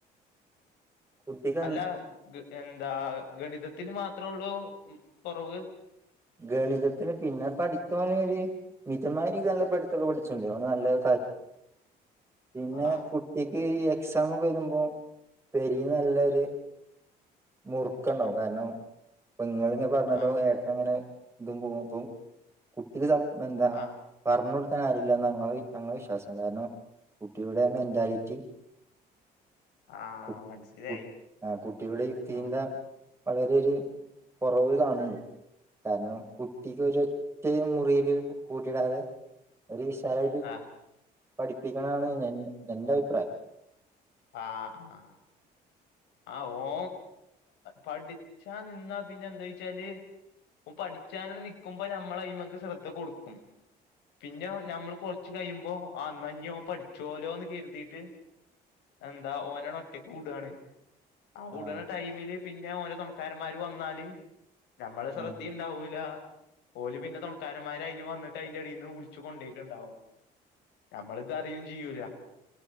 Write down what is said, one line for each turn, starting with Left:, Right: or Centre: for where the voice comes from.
Right: കുട്ടിക്ക് അന്ന്
Left: അല്ല എന്താ ഗണിതത്തിൽ മാത്രേ ഉള്ളൂ കുറവ്
Right: ഗണിതത്തിന് പിന്നെ പഠിത്തന ഒരു മിതമായ രീതി നല്ല പഠിത്തൊക്കെ പഠിച്ചുണ്ട് നല്ല പിന്നെ
Left: ആഹ്
Right: കുട്ടക്ക് എക്സമ ഒക്കെ വരുമ്പോ പെരി നല്ലൊരു മുറുക്കണകാനോ അപ്പം ഇങ്ങളിങ്ങനെ പറഞ്ഞല്ലോ
Left: ആഹ്
Right: ഏട്ട ഇങ്ങനെ ഇതും പോകും അപ്പം കുട്ടിക്ക് എന്താ
Left: ആഹ്
Right: പറഞ്ഞടു ൻ ആില്ല ഞങ്ങള് വിശ്വാസം കാര കുട്ടിയുടെ മെന്റാലിറ്റി
Left: ആഹ്
Right: കു
Left: മനസ്സിലായി
Right: കു ആ കുട്ടിയുടെ യുക്തിന്ത
Left: ആഹ്
Right: വളരെ ഒരു കുറവ് കാണുന്നുണ്ട് കാരണം കുട്ടിക്ക് ഒര ഒറ്റ മുറിൽ കൂട്ടടാതെ ഒരു ശാലൽ
Left: ആഹ്
Right: പഠിപ്പിക്കണംാണ്ൻ എന്റെ അഭിപ്രായം
Left: ആഹ ആഹ് ആ ഓ പഠിച്ചാ നിന്നാ പിന്നെ എന്താ ചച്ചാല് അപ്പ പഠിച്ചാല നക്കുമ്പോ നമ്മൾ അ്മക്ക് ശ്രദ്ധ കൊടുക്കും പിന്നെ നഞമ്മൾ കൊറച്ച് കഴിയുമ്പോ അന്നഞ്ഞോ പഠിച്ചോലോന്ന് കരുതിയിട്ട് എന്താ ഓനാണ് ഒറ്റക്ക് കൂടയാണ് ആ
Right: ആഹ്
Left: ഉടന ടൈമില് പിന്നെ ഓരോ ത തുണക്കാരന്മാര് വന്നാല് നമ്മള് ശ്രദ്ധുണ്ടാവൂല
Right: ആഹ്
Left: ഓല പിന്നെ ത തുണക്കാരന്മാര് അു വന്നിട്ട് അതിന്റെ അടിൽന്ന് വിളിച്ചച്ച് കൊണ്ടേട്ടുണ്ടാവും നമ്മള് റിയയും ചെയ്യൂല